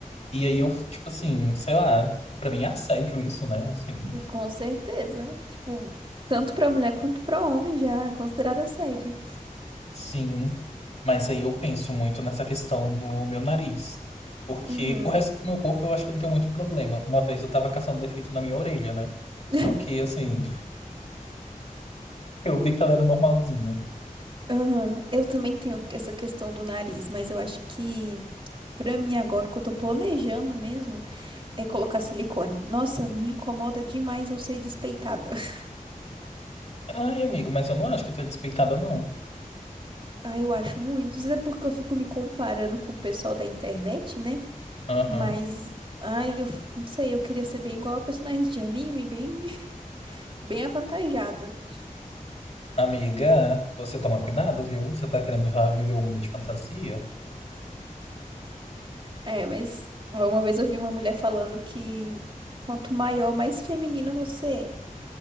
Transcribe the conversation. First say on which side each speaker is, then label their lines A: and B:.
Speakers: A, on the left (about 50°); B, on the right (about 35°).
A: E aí eu, tipo assim, sei lá, pra mim é assédio isso, né? Assim,
B: <laughs> Com certeza. Tipo, tanto pra mulher quanto pra homem já é considerado assédio.
A: sim. Mas aí eu penso muito nessa questão do meu nariz. Porque
B: Uhum.
A: o resto do meu corpo eu acho que eu não tenho muito problema. Uma vez eu tava caçando defeito na minha orelha, né? Só
B: <laughs>
A: que assim, Eu vi que ela era normalzinha.
B: Aham. Eu também tenho essa questão do nariz, mas eu acho que pra mim agora o que eu tô planejando mesmo é colocar silicone. Nossa, me incomoda demais eu ser despeitada. <laughs>
A: Ai, amigo, mas eu não acho que tu é despeitada, não.
B: Ah, eu acho muito. Isso é porque eu fico me comparando com o pessoal da internet, né?
A: Aham.
B: Mas, ai, eu f- não sei, eu queria ser bem igual a personagem de anime, bem, <laughs> bem avantajada.
A: Amiga, você toma cuidado, viu? Você tá querendo já viver o mundo de fantasia?
B: É, mas ó, uma vez eu vi uma mulher falando que quanto maior, mais feminina você é.